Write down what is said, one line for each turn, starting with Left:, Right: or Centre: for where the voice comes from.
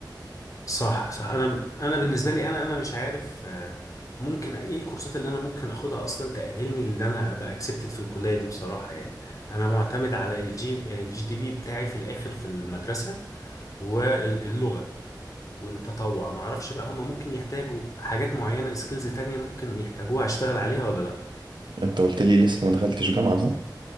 Left: صح صح انا انا بالنسبة لي انا انا مش عارف آه، ممكن ايه الكورسات اللي انا ممكن اخدها اصلا تأهلني ان انا ابقى اكسبتد في الكلية دي بصراحة يعني انا معتمد على الجي الجي دي بي بتاعي في الاخر في المدرسة واللغة والتطوع ما اعرفش بقى هما ممكن يحتاجوا حاجات معينة سكيلز تانية ممكن يحتاجوها اشتغل عليها ولا لا
Right: انت قلت لي لسه ما دخلتش جامعة صح؟